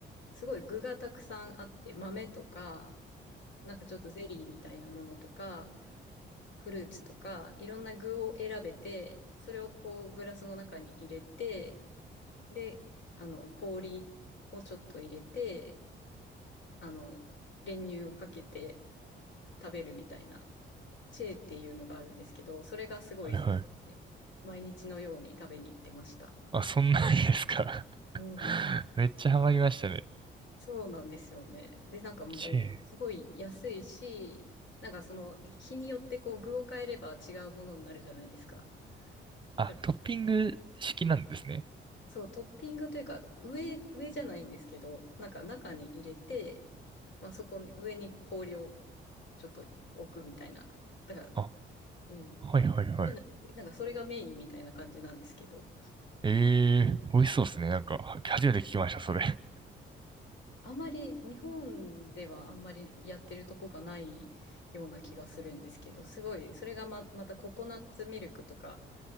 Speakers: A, on the left; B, on the right.
A: すごい具がたくさんあって、豆とか、なんかちょっとゼリーみたいなものとか、フルーツとか、いろんな具を選べて、それをこうグラスの中に入れて、で、あの、氷をちょっと入れて、あの、練乳をかけて食べるみたいな、チェーっていうのがあるんですけど、それがすごい好きで、
B: はいはい。
A: 毎日のように食べに行ってました。
B: あ、そんなんですか。
A: うん、
B: <laughs> めっちゃハマりましたね。
A: そうなんですよね。で、なんかもう、
B: チェー。
A: すごい安いし、なんかその、日によってこう具を変えれば違うものになるじゃないですか。
B: あ、
A: だ
B: トッピング式なんですね。
A: そう、トッピングというか、上、上じゃないんですけど、なんか中に入れて、まあそこに、上に氷をちょっと置くみたいな。だから、
B: あ
A: うん。
B: はいはいはい。
A: じゃなくて、なんかそれがメインみたいな感じなんですけど、
B: ええ美味しそうですね。なんか、初めて聞きました、それ。
A: あまり、日本ではあんまりやってるとこがないような気がするんですけど、すごい、それがま、またココナッツミルクとか